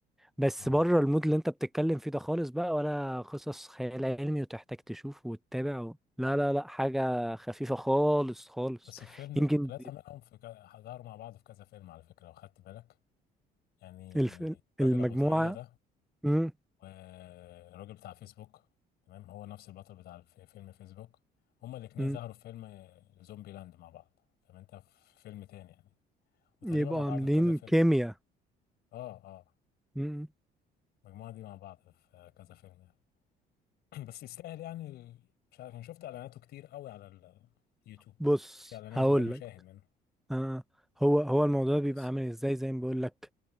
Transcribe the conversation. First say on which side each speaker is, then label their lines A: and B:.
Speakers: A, in the centre; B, on the left (about 75°).
A: بس
B: اه
A: بره المود اللي انت بتتكلم فيه ده خالص بقى ولا قصص خيال علمي وتحتاج تشوف وتتابع و... لا لا لا حاجة خفيفة خالص خالص
B: بس الفيلم
A: يمكن
B: الثلاثة منهم في ك... ظهروا مع بعض في كذا فيلم على فكرة لو خدت بالك يعني
A: الف...
B: الراجل
A: المجموعة
B: أبو طاقية ده
A: مم.
B: والراجل بتاع فيسبوك تمام هو نفس البطل بتاع الف- فيلم فيسبوك هما الاتنين
A: مم.
B: ظهروا في فيلم زومبي لاند مع بعض فانت في فيلم تاني يعني وتقريبا
A: يبقوا
B: مع بعض
A: عاملين
B: في كذا فيلم
A: كيمياء
B: اه اه
A: مم.
B: المجموعة دي مع بعض في كذا فيلم يعني <clears throat> بس يستاهل يعني ال- مش عارف أنا شفت اعلاناته كتير قوي على اليوتيوب
A: بص
B: مش اعلانات
A: هقول
B: اللي هي المشاهد
A: لك
B: منه
A: آه. هو هو الموضوع
B: إيه القصة
A: بيبقى عامل ازاي زي ما بقول لك